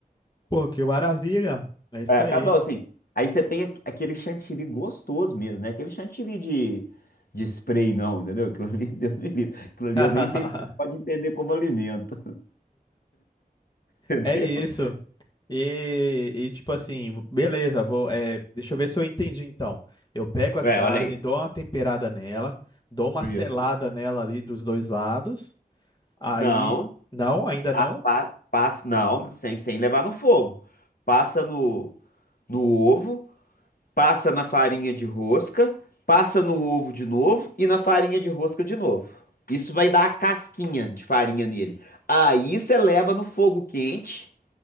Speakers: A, on the left; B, on the left.
A: Pô, que maravilha! É isso
B: É, acaba
A: aí.
B: não, assim. Aí você tem aqu- aquele chantilly gostoso mesmo, né? Aquele chantilly de, de spray, não, entendeu? Aquilo ali, <laughs> Deus me livre. Aquilo ali
A: <laughs>
B: eu nem sei se você pode entender como alimento, <laughs> entendeu?
A: É isso. E, e, tipo assim, beleza, vou, é, deixa eu ver se eu entendi então. Eu pego a
B: É,
A: carne,
B: olha aí.
A: dou uma temperada nela, dou uma
B: Isso.
A: selada nela ali dos dois lados. Aí,
B: Não,
A: não, ainda
B: pa,
A: não.
B: pa- passa, não, sem, sem levar no fogo. Passa no, no ovo, passa na farinha de rosca, passa no ovo de novo e na farinha de rosca de novo. Isso vai dar a casquinha de farinha nele. Aí você leva no fogo quente.